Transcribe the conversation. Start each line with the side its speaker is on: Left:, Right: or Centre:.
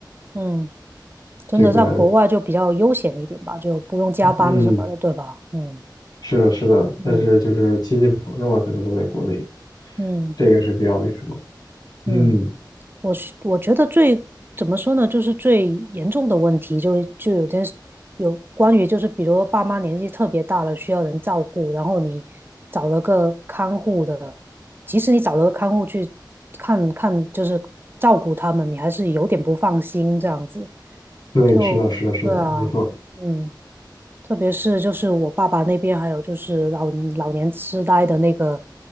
Right: 嗯，真的在国外就比较悠闲一点吧，
Left: 这个
Right: 就不用加班什么的，
Left: 嗯，
Right: 对吧？嗯
Left: 是的，是的，
Right: 嗯
Left: 但是就是亲戚朋友啊，可能都在国内，
Right: 嗯
Left: 这个是比较那什么。
Right: 嗯
Left: 嗯，
Right: 我是我觉得最怎么说呢，就是最严重的问题就，就有件事有关于就是，比如爸妈年纪特别大了，需要人照顾，然后你找了个看护的，即使你找了个看护去看看，就是照顾他们，你还是有点不放心这样子。
Left: 对，
Right: 就对啊，
Left: 是的，是的，是的，没错。
Right: 嗯。特别是就是我爸爸那边，还有就是老老年痴呆的那个，